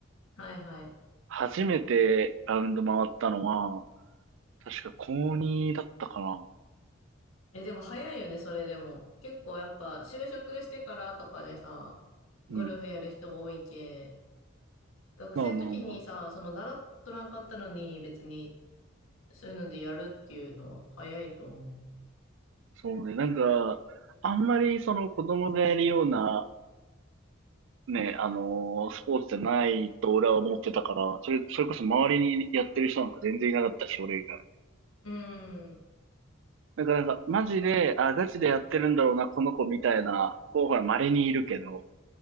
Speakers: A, on the left; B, on the right.
A: はいはい。
B: 初めてラウンド回ったのは、確か高2だったかな。
A: え、でも早いよね、それでも。結構やっぱ、就職してからとかでさ、
B: うん。
A: ゴルフやる人が多いけ、学生の時にさ、
B: まあまあまあ。
A: その習っとらんかったのに、別に、そういうのでやるっていうのは早いと思う。
B: そうね。なんか、あんまりその子供がやるような、ね、あのースポーツじゃないと俺は思ってたから、それ、それこそ周りにやってる人なんか全然いなかったし、俺以外。
A: うん、
B: だからなんか、マジで、あ、ガチでやってるんだろうな、この子みたいな、こう、ほら、稀にいるけど、